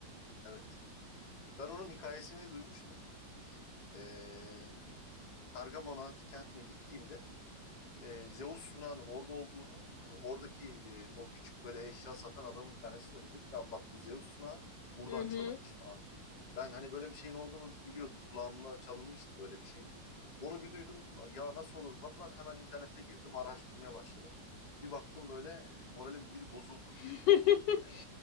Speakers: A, on the left; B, on the left.
A: Evet. Ben onun hikayesini duymuştum. Ee, Pergamon antik kentine gittiğimde e, Zeus sunağının orada olduğunu e, oradaki e, o küçük böyle eşya satan adamı bir tanesi söyledi. Dedi ki abi bak bu Zeus sunağı buradan
B: Hı hı.
A: çalınmış falan. Ben hani böyle bir şeyin olduğunu biliyordum. Kulağımda çalınmıştı böyle bir şey. Onu bir duydum. Ya nasıl olur falan hemen internete girdim. Araştırmaya başladım. Bir baktım böyle moralim bir bozuldu.
B: <laughs>
A: Bir bozuldu böyle.